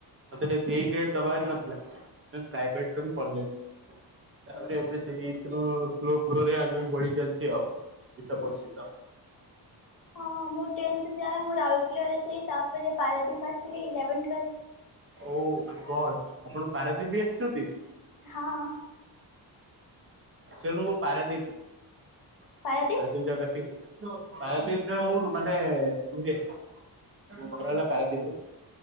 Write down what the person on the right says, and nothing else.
ମତେ ସେ ଜେଇ ନେଟ୍ ଦବାର ନଥିଲା ତେଣୁ ପ୍ରାଇଭେଟ୍ ରେ ମୁଁ ପଡ଼ିଲିନି। ତାପରେ
ଏବେ ସେଇଥିରୁ ଫ୍ଲୋ ଫ୍ଲୋ ରେ ଆଗକୁ ବଢ଼ି <unintelligible> ବିଶ୍ୱ ପ୍ରସିଦ୍ଧ।
ଓ ଗଡ୍ ଆପଣ ପାରାଦ୍ୱୀପ ବି ଆସିଛନ୍ତି?
ଆକ୍ଚୁଲିରୁ ମୁଁ ପାରାଦ୍ଵୀପ ରୁ। ପାରାଦ୍ଵୀପ
ଜଗସିଂହପୁର। ପାରାଦ୍ଵୀପ ରେ ମୁଁ ମାନେ ରୁହେ। ମୋ ଘର ହେଲା ପାରାଦ୍ଵୀପ